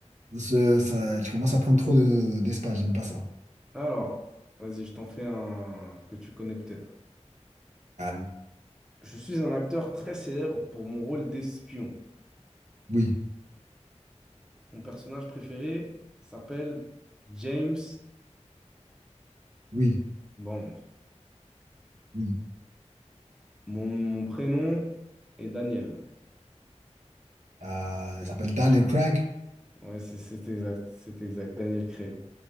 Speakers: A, on the right; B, in the centre.
A: ce- ça- tu commences à prendre trop de- d'espace, j'aime pas ça.
B: Alors, vas-y, je t'en fais un que tu connais peut-être.
A: Ah,
B: Je suis un acteur très célèbre pour mon rôle d'espion.
A: oui,
B: Mon personnage préféré s'appelle James
A: oui,
B: Bond.
A: oui.
B: Mon, mon prénom est Daniel.
A: Euh, il s'appelle Daniel Craig.
B: Ouais, c'est c'est exact, c'est exact, Daniel Craig.